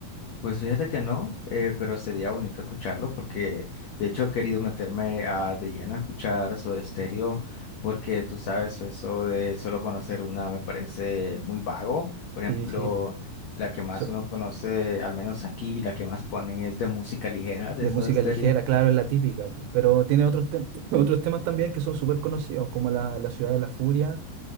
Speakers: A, on the left; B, on the right.
A: Pues fíjate que no, eh, pero sería bonito escucharlo porque de hecho he querido meterme a, de lleno a escuchar Soda Stereo porque tú sabes, eso de solo conocer una me parece muy vago. Por ejemplo,
B: Sí, sí, pu.
A: la que más
B: So-
A: uno conoce, al menos aquí, la que más ponen es de música ligera de
B: de
A: Soda
B: música
A: Stereo.
B: ligera, claro, es la típica, pu, pero tiene otros, tem- <clears throat> <laughs> otros temas también que son súper conocidos, como la, la Ciudad de la Furia,